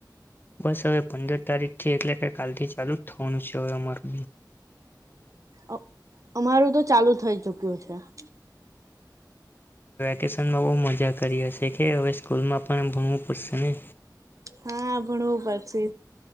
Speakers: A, on the left; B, on the right.
A: બસ હવે પંદર તારીખ થી એટલે કે કાલથી ચાલુ જ થવાનું છે હવે અમારુ
B: અ અમારું તો ચાલુ થઈ ચુક ગયું છે. <inaudible>
A: કેશનમાં બોઉ મજા કરી હસે કે હવે સ્કૂલમાં પણ ભણવું પડશે ને
B: હા ભણવું પડશે